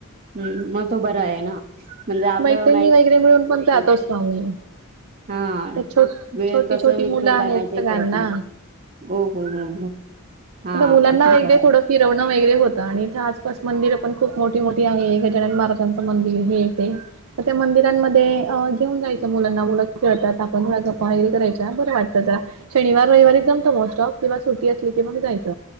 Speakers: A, on the right (about 40°); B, on the right (about 80°).
A: हंम मग तो बरा आहे ना? म्हणजे आपलं
B: मैत्रिणी वगैरे मिळून पण
A: <unintelligible>
B: <unintelligible>
A: हा
B: तर छो
A: वेळ
B: छोटी
A: कस
B: छोटी
A: निघतो
B: मुलं आहेत
A: काय माहिती
B: सगळ्यांना
A: पडत नाही. <unintelligible> हा
B: आता मुलांना
A: तो
B: वेळ
A: बरा
B: दे थोडं. फिरवणं वगैरे होतं आणि इथे आसपास मंदिर पण खूप मोठी मोठी आहे. गजानन महाराजांचं मंदिर हे इथे. तर त्या मंदिरांमध्ये अ घेऊन जायचं मुलांना मुलं खेळतात आपण थोडं गप्पा वगैरे करायच्या बरं वाटतं जरा. शनिवार रविवारी जमत मग सॉप किंवा सुट्टी असली की मग जायच